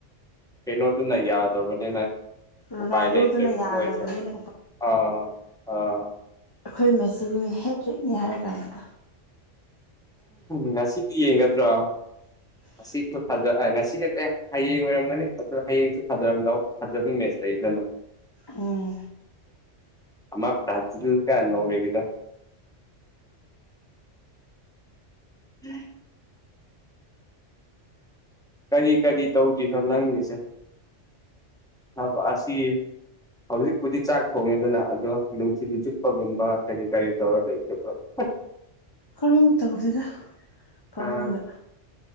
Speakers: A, in the centre; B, on the left.
A: ꯀꯦꯅꯣꯗꯨꯅ ꯑꯗꯨꯅ ꯌꯥꯗ ꯇꯕꯅꯤꯅ
B: ꯔꯣꯅꯥꯜꯗꯣꯗꯨꯅ
A: ꯎꯄꯥꯏ ꯂꯩꯇ꯭ꯔꯦꯕ
B: ꯌꯥꯗꯕꯅꯤꯅ
A: ꯃꯣꯏꯁꯦ ꯑꯥ ꯑꯥ
B: ꯑꯈꯣꯏ ꯃꯦꯁꯤꯅꯤ ꯍꯦꯇꯔꯤꯛꯅꯦ ꯍꯥꯏꯔ ꯀꯥꯟꯗꯨꯗ
A: ꯉꯁꯤꯗꯤ ꯌꯦꯡꯒꯗ꯭ꯔꯣ
B: <unintelligible>
A: ꯁꯤꯁꯨ ꯐꯖ ꯉꯁꯤ ꯅꯠꯇꯦ ꯍꯌꯦꯡ ꯑꯣꯏꯔꯝꯒꯅꯤ ꯑꯗꯨ ꯍꯌꯦꯡꯁꯨ ꯐꯖꯔꯝꯗꯧ ꯐꯖꯕꯤ ꯃꯦꯁ ꯂꯩꯔꯤꯗꯅ
B: ꯑꯣ
A: ꯑꯃ ꯕ꯭ꯔꯥꯖꯤꯜꯒ ꯅꯣꯔꯋꯦꯒꯗꯣ <unintelligible> ꯀꯔꯤ ꯀꯔꯤ ꯇꯧꯒꯤꯅꯣ ꯅꯪꯒꯤꯁꯦ ꯊꯕꯛ ꯑꯁꯤ ꯍꯧꯖꯤꯛꯄꯨꯗꯤ ꯆꯥꯛ ꯊꯣꯡꯉꯦꯗꯅ ꯑꯗꯣ ꯅꯨꯡꯊꯤꯟ ꯆꯨꯞꯄꯒꯨꯝꯕ ꯀꯔꯤ ꯒꯥꯔꯤ ꯇꯧꯔ ꯂꯩꯒꯦꯕ <unintelligible>
B: ꯀꯔꯤꯝ ꯇꯧꯗꯦꯗ ꯐꯃꯨꯡꯗ
A: ꯑꯥ